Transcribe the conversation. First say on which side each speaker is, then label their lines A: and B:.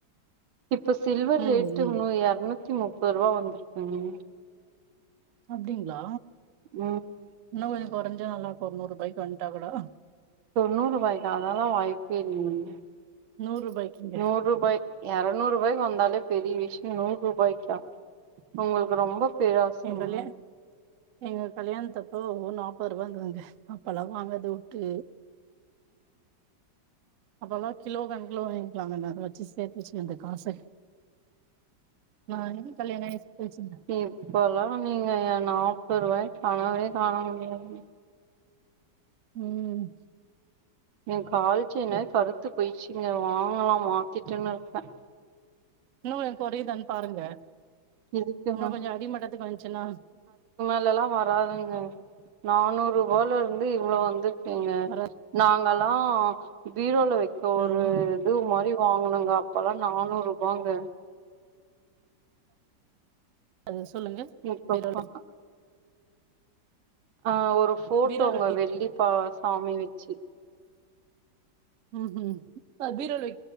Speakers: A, on the right; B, on the right.
A: இப்போ சில்வர்
B: ம்
A: ரேட்டு
B: ம்
A: இன்னு எருநூத்தி முப்பது ரூவா வந்துருக்குங்க
B: அப்டிங்ளா
A: ம்
B: இன்னு கொஞ்சோ கொறஞ்சா நல்லாக்கு ஒரு நூறு ரூபாய்கு வந்துட்டா கூட
A: தொண்ணூறு ரூபாய்க்கா அதெல்லா வாய்ப்பே இல்ல
B: நூறு ரூபாய்க்குங்க
A: நூறு ரூபாய் எரநூறு ரூபாய்கு வந்தாலே பெரிய விஷ்யோ நூறு ரூபாய்க்கா உங்களுக்கு ரொம்ப பேராசங்க
B: எங்களே எங்க கல்யாணத்தப்போ ஒரு நாப்பது ரூபா இருந்ததுங்க அப்பெல்ல வாங்கறத வுட்டு அப்போல கிலோ கணக்குல வகிக்கலாமே நாக வச்சு சேத்து வச்சு அந்த காச ஆ ஏ கல்யாண ஆயி போயிச்சுங்க
A: இப்பெல்லா நீங்க நாப்பது ரூவாய கனவே காண முடியாது
B: ம்
A: ஏ கால்செயினு கருத்து போயிச்சுங்க வாங்கலா மாத்திட்டுன்னு இருக்க
B: இன்னு ஒ கொறைதான் பாருங்க
A: இதுக்கு
B: இன்னு
A: மே
B: கொஞ்சோ அடிமட்டத்துக்கு வந்சுனா
A: இதெல்லா வராதுங்க நானூறு ரூபால இருந்து இவ்வளவு வந்துடீங்க
B: வரா
A: நாங்கெல்லா பீரோல வைக்க ஒரு
B: ம்
A: இது மாரி வாங்கனுங்க அப்பெல்லா நானூறு ரூபாங்க
B: அது சொல்லுங்க
A: இப்போ
B: பீரோல
A: பா ஆ ஒரு ஃபோட்டோங்க
B: பீரோல
A: வெள்ளிப்ப சாமி வெச்சு
B: உஹூ அ பீரோலவை